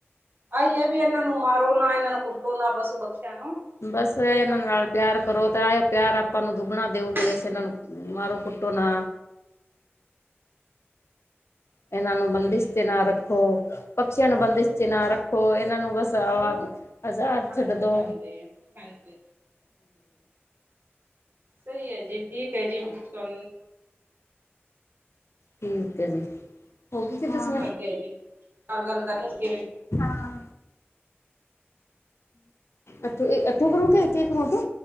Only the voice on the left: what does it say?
ਬਸ ਇਹਨਾਂ
ਨਾਲ
ਪਿਆਰ ਕਰੋ, ਤਾਂ ਆ ਪਿਆਰ ਆਪਾਂ ਨੂੰ ਦੁੱਗਣਾ
ਦਿਓਗੇ
ਵੈਸੇ ਇਹਨਾਂ ਨੂੰ। ਮਾਰੋ ਕੁੱਟੋ ਨਾ। ਇਹਨਾਂ ਨੂੰ ਬੰਦਿਸ਼ ਤੇ ਨਾ ਰੱਖੋ। ਪਕਸ਼ੀਆਂ ਨੂੰ ਬੰਦਿਸ਼ ਚ ਨਾ ਰੱਖੋ, ਇਹਨਾਂ ਨੂੰ ਬਸ ਹਵਾ। ਆਜ਼ਾਦ ਛੱਡ
ਦੋ।
ਠੀਕ ਐ ਜੀ। <unintelligible>
ਹਾਂ। ਇਥੋ, ਇਥੋ ਕਰੋਗੇ ਇੱਥੇ ਕਰੋ ਤੋਂ।